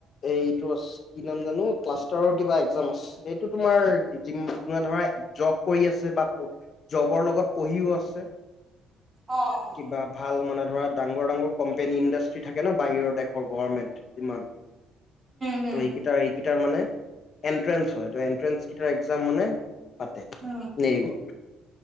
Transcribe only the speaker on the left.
এইটো আ কি নাম জানো ক্লাষ্টাৰৰ কিবা এক্জাম আছে সেইটো তোমাৰ যোনে ধৰা জব কৰি আছে বা জবৰ লগত পঢ়িও আছে
কিবা ভাল মানে ধৰা ডাঙৰ ডাঙৰ কোম্পেনী ইণ্ডাষ্ট্ৰি থাকে ন বাহিৰৰ দেশৰ গভমেণ্ট যিমান
এইকেইটা এই মানে এণ্ট্ৰেন্স হয় এণ্ট্ৰেন্স এক্জাম মানে পাতে
নেৰিমত